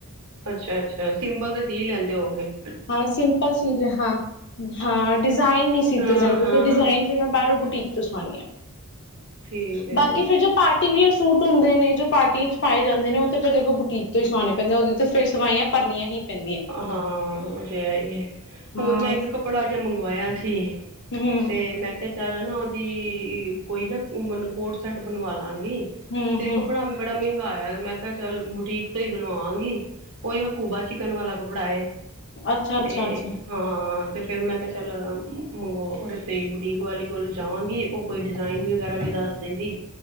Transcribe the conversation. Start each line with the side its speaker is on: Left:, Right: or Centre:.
Right: ਅੱਛਾ ਅੱਛਾ, ਸਿੰਪਲ ਤੇ ਸੀ ਲੈਂਦੇ ਹੋਉਗੇ।
Left: ਹਾਂ ਸਿੰਪਲ ਸੁਟ ਜੇ ਹਾਂ। ਹਾਂ ਡਿਜ਼ਾਇਨ ਨਹੀਂੀ ਸੀਤੇ
Right: ਹਾਂ
Left: ਜਾਂਦੇ
Right: ਹਾਂ
Left: ਤੇ ਡਿਜ਼ਾਇਨ ਫੇਿਰ ਮੈਂ ਬਾਹਰੋਂ ਬੁਟੀਕ ਤੋਂ ਸੁਵਾਉਣੀ ਹਾਂ
Right: ਠੀਕ ਹੈ
Left: ਬਾਕੀ ਫਿਰ ਜੋ ਪਾਰਟੀ ਵੀਯਰ ਸੂਟ ਹੁੰਦੇ ਨੇ ਜੋ ਪਾਰਟੀ ਇਚ ਪਾਏ ਜਾਂਦੇ ਨੇ, ਉਹ ਤਾਂ ਫਿਰ ਦੇਖੋ ਬੁਟੀਕ ਤੋਂ ਹੀ ਸਵਾਉਣੇ ਪੈਂਦੇ ਉਹਦੇ ਤੇ ਫੇਰ ਸਵਾਈਆਂ ਭਰਨੀਆਂ ਹੀ ਪੈਂਦੀਆਂ
Right: ਹਾਂ ਉਹ ਤੇ ਹੈ ਹੀ,
Left: ਹਾਂ
Right: ਹੁਣ ਮੈਂ ਇੱਕ ਕੱਪੜਾ ਜਿਹਾ ਮੰਗਵਾਇਆ ਸੀ।
Left: ਹਮ
Right: ਤੇ ਮੈਂ ਚਾਰ ਨਾ ਉਹਦੀ ਕੋਈ ਨਾ ਕੋਡ ਸੈਟ ਬਣਵਾ ਲਾਂਗੀ,
Left: ਹਮ
Right: ਤੇ
Left: ਹਮ
Right: ਕੱਪੜਾ ਬੜਾ ਮਹਿੰਗਾਇਆ ਮੈਂ ਕਿਹਾ ਚਲ ਬੁਟੀਕ ਤੋਂ ਹੀ ਬਣਵਾਾਂਗੀ, ਉਹੀ ਹਕੂਬਾ ਚ ਤਨ ਵਾਲਾ ਕੱਪੜਾ
Left: ਅੱਛਾ ਅੱਛਾ
Right: ਤੇ
Left: ਅੱਛਾ
Right: ਹਾਂ ਤੇ ਫੇਿਰ ਮੈਂ ਕਿਹਾ ਚੱਲ ਮੰਗ ਤੇ ਬੁਟੀਕ ਵਾਲੀ ਕੋਲ ਜਾਵਾਂਗੀ ਉਹ ਕੋਈ ਡਿਜਾਇਨ ਵਗੈਰਾ ਵੀ ਦੱਸ ਦੇਗੀ,